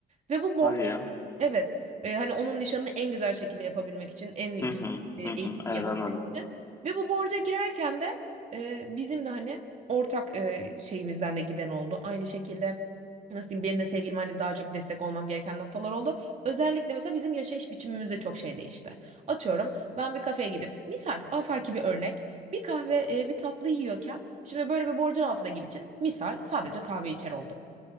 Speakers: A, on the right (about 40°); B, on the left (about 15°).
A: Ve bu borç
B: Hadi ya.
A: evet e, hani onun nişanını en güzel şekilde yapabilmek için en
B: Hı hı.
A: güzel eğitim
B: Hı hı. Evet
A: yapabilmek
B: anladım.
A: için. Ve bu borca girerken de e, bizim de hani ortak e, şeyimizden de giden oldu. Aynı şekilde nasıl diyeyim benim de sevgilim hani daha çok destek olmam gereken noktalar oldu. Özellikle mesela bizim yaşayış biçimimiz de çok şey değişti. Atıyorum. Ben bir kafeye gidip misal afaki bir örnek bir kahve e, bir tatlı yiyorken şimdi böyle bir borcun altına gir için misal sadece kahve içer oldum.